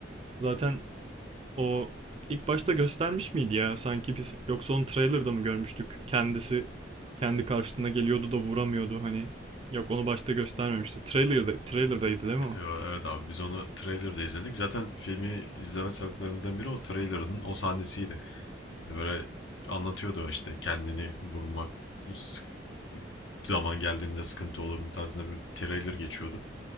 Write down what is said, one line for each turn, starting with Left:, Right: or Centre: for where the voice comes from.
Right: Zaten O ilk başta göstermiş miydi ya? Sanki biz yoksa onu trailer'da mı görmüştük? Kendisi kendi karşısına geliyordu da vuramıyordu hani. Yok onu başta göstermemişti. Trailer'da, trailer'daydı değil mi o?
Left: Evet abi biz onu trailer'da izledik. Zaten filmi izleme sebeplerimizden biri o trailer'ın o sahnesiydi. Yani Böyle anlatıyordu işte kendini vurmak sık- zaman geldiğinde sıkıntı olur mu tarzında bir trailer geçiyordu.